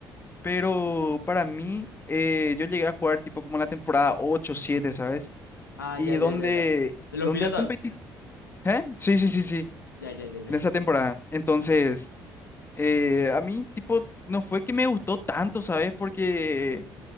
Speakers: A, on the left; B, on the left.
A: Pero para mí, eh, yo llegué a jugar tipo como la temporada 8 siete ¿sabes?
B: ah,
A: Y
B: ya,
A: donde,
B: ya, ya, ya. ¿De los
A: donde
B: piratas?
A: el competitivo... ¿Eh? Sí, sí, sí, sí,
B: Ya, ya, ya, ya.
A: en esa temporada. Entonces... Eh, a mí, tipo, no fue que me gustó tanto, ¿sabes? Porque